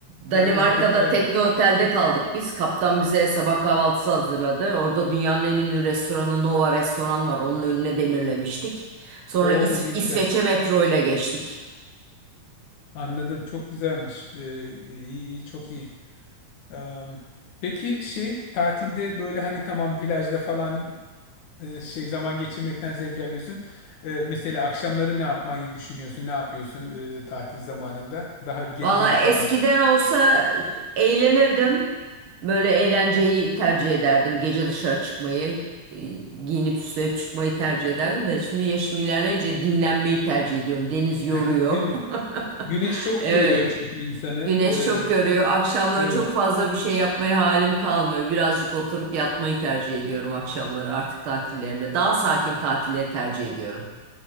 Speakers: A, on the right; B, on the left.
A: Danimarka'da
B: Danimarka güzel.
A: tekne otelde kaldık biz. Kaptan bize sabah kahvaltısı hazırladı. Orada dünyanın en ünlü restoranı Nova restoran var. Onun önüne demirlemiştik. Sonra
B: Oo
A: İs-
B: ne
A: İsveç'e
B: güzel.
A: metro ile geçtik.
B: Anladım. Çok güzelmiş. Ee, iyi, iyi, çok iyi. Am, peki şey tatilde böyle hani tamam plajda falan e, şey zaman geçirmekten zevk alıyorsun. E, mesela akşamları ne yapmayı düşünüyorsun? Ne yapıyorsun e, tatil zamanında? Daha ge-
A: Valla
B: geri
A: eskiden
B: kalan,
A: olsa eğlenirdim. Böyle eğlenceyi tercih ederdim. Gece dışarı çıkmayı, e, giyinip süslenip çıkmayı tercih ederdim de şimdi yaşım ilerleyince dinlenmeyi tercih ediyorum. Deniz yoruyor.
B: <laughs> değil mi? Güneş
A: <laughs>
B: çok
A: Evet.
B: yoruyor çünkü insanı.
A: Güneş
B: Ee,
A: çok görüyor. Akşamları
B: evet.
A: çok fazla bir şey yapmaya halim kalmıyor. Birazcık oturup yatmayı tercih ediyorum akşamları artık tatillerimde. Daha sakin tatilleri tercih ediyorum.